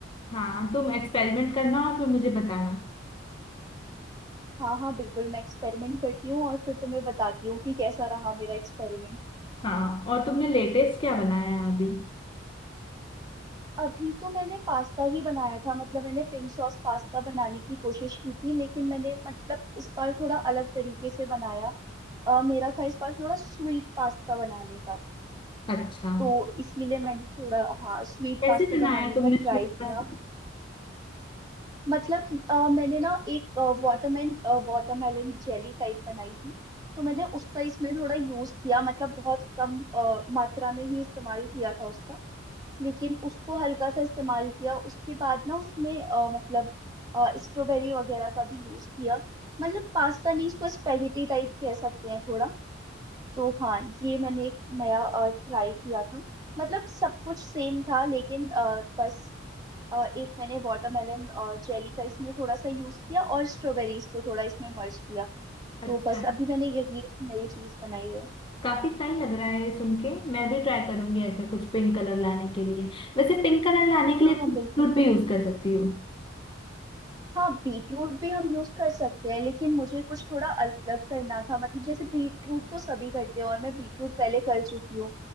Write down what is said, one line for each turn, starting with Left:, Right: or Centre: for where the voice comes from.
Left: हाँ तुम एक्सपेरिमेंट करना और फिर मुझे बताना
Right: हाँ हाँ बिल्कुल मैं एक्सपेरिमेंट करती हूँ और फिर तुम्हें बताती हूँ कि कैसा रहा मेरा एक्सपेरिमेंट
Left: हाँ और तुमने लेटेस्ट क्या बनाया अभी
Right: अभी तो मैंने पास्ता ही बनाया था मतलब मैंने पिंक सॉस पास्ता बनाने की कोशिश की थी लेकिन मैंने मतलब उस बार थोड़ा अलग तरीके से बनाया अ, मेरा था इस बार थोड़ा स्वीट पास्ता बनाने का
Left: अच्छा
Right: तो इसीलिए मैंने थोड़ा हाँ स्वीट
Left: कैसे
Right: पास्ता
Left: बनाया
Right: बनाने
Left: तुमने
Right: का ट्राई
Left: स्वीट
Right: किया
Left: पास्ता
Right: मतलब अ, मैंने ना एक वाटरमेलन वाटरमेलन जेली टाइप बनाई थी तो मैंने उसका इसमें थोड़ा यूज किया मतलब बहुत कम अ, मात्रा में ही इस्तेमाल किया था उसका लेकिन उसको हल्का सा इस्तेमाल किया उसके बाद ना उसमें अ, मतलब स्ट्रॉबेरी वगैरह का भी यूज किया मतलब पास्ता नहीं इसको स्पेगेटी टाइप कह सकते हैं थोड़ा तो हाँ ये मैंने एक नया ट्राई किया था मतलब सब कुछ सेम था लेकिन अ, बस अ, एक मैंने वाटरमेलन जेली का इसमें थोड़ा सा यूज किया और स्ट्रॉबेरीज को थोड़ा इसमें मर्ज किया
Left: अच्छा
Right: तो बस अभी मैंने यही एक नई चीज बनाई है
Left: काफी सही लग रहा है ये सुन के मैं भी ट्राई करूंगी ऐसा कुछ पिंक कलर लाने के लिए वैसे पिंक कलर लाने के
Right: हाँ
Left: लिए तुम
Right: बिल्कुल
Left: बीटरूट भी यूज कर सकती हो
Right: हाँ बीटरूट भी हम यूज कर सकते हैं लेकिन मुझे कुछ थोड़ा अलग करना था मतलब जैसे बीटरूट तो सभी करते हैं और मैं बीटरूट पहले कर चुकी हूँ